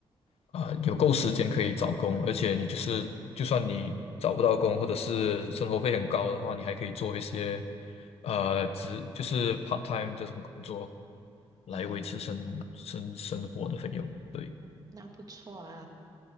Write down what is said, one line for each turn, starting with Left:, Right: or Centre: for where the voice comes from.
Left: 啊、有够时间可以找工，而且你就是就算你找不到工，或者是生活费很高的话，你还可以做一些呃职，就是 part time 这种工作，来维持生生生活的费用。
Right: 嗯
Left: 对，
Right: 嗯，那不错啊。